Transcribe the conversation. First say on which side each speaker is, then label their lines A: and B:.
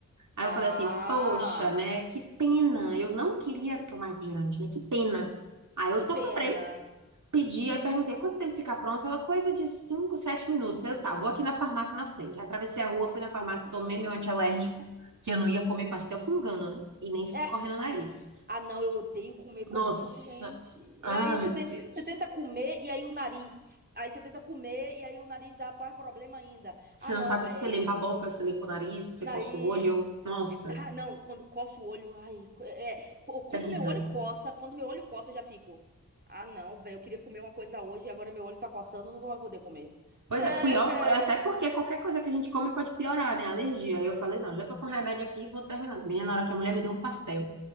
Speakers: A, on the right; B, on the right.
A: Aí
B: Ah,
A: eu falei assim, poxa, né, que pena, eu não queria tomar refrigerante, né, que pena. Aí eu
B: que
A: tô,
B: pena.
A: comprei. Pedi, aí perguntei quanto tempo fica pronto. Ela, coisa de 5 7 minutos. Aí eu, tá, vou aqui na farmácia na frente. Aí atravessei a rua, fui na farmácia,
B: Hum.
A: tomei meu antialérgico, que eu não ia comer pastel fungando, né? E nem escorrendo
B: <laughs>
A: o nariz.
B: Ah, não, eu odeio comer quando
A: Nossa,
B: eu tô doente.
A: ah,
B: E aí
A: meu
B: você tenta,
A: Deus.
B: você tenta comer e aí o nariz. Aí você tenta comer e aí o nariz dá mais problema ainda.
A: Você
B: Ah,
A: não
B: não,
A: sabe
B: velho.
A: se você limpa a boca, se você limpa o nariz, se você
B: Nariz.
A: coça o olho. Nossa,
B: É, Ah, não, quando coça o olho, ai, co- é, co- quando
A: terrível.
B: meu olho coça, quando meu olho coça, eu já fico. Ah, não, velho, eu queria comer uma coisa hoje e agora meu olho tá coçando, eu não vou mais poder comer.
A: Pois
B: É, <laughs>
A: é, pior, até porque qualquer coisa que a gente come pode piorar, né? Alergia. Aí eu falei, não, já tô com remédio aqui e vou terminar. Menina, na hora que a mulher me deu um pastel,